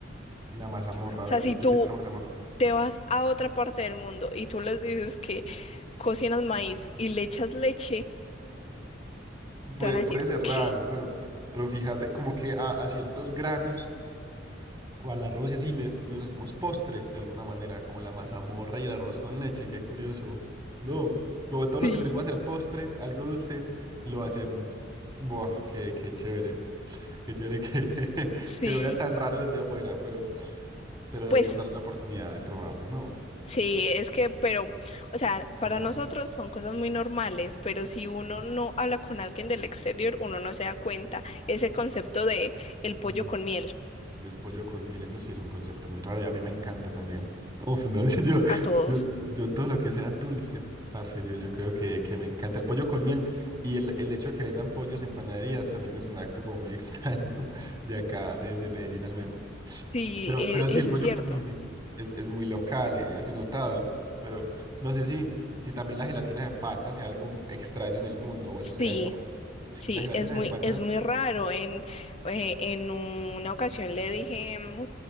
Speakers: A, on the right; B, on the left.
A: La mazamorra,
B: O
A: a
B: sea,
A: ver,
B: si
A: yo, yo
B: tú
A: pienso en la mazamorra.
B: te vas a otra parte del mundo y tú les dices que cocinas maíz y le echas leche,
A: Puede,
B: Te van a decir,
A: puede ser
B: ¿qué?
A: raro, pero, pero fíjate, como que a, a ciertos granos o al arroz y así les, los hacemos postres de alguna manera, como la mazamorra y el arroz con leche, qué curioso. No, como todo
B: Sí.
A: lo que se le puede hacer postre, algo dulce, lo hacemos. Buah, qué, qué chévere, qué chévere que, <laughs>
B: Sí,
A: que lo vean tan raro desde afuera, pero, pero deberían
B: pues
A: darle la oportunidad de probarlo, ¿no?
B: sí, es que, pero, o sea, para
A: Ajá.
B: nosotros son cosas muy normales, pero si uno no habla con alguien del exterior, uno no se da cuenta ese concepto de el pollo
A: Ujú.
B: con miel
A: Del pollo con miel, eso sí es un concepto muy raro y a mí me encanta también. Uf, no, <laughs> yo,
B: a todos.
A: yo, yo todo lo que sea dulce, parce, yo, yo creo que, que me encanta el pollo con miel y el, el hecho de que vendan pollos en panaderías también es un acto como muy extraño <laughs> de acá, de, de Medellín al menos.
B: Sí,
A: Pero,
B: e-
A: pero
B: eso
A: sí, el pollo
B: es cierto.
A: con miel es, es, es muy local, eh, eso he notado, pero no sé si, si también la gelatina de pata sea algo extraño en el mundo o
B: Sí,
A: eso sería algo como, sí,
B: sí,
A: la gelatina
B: es muy,
A: de pata,
B: es muy raro. En, eh, en una ocasión le dije mm,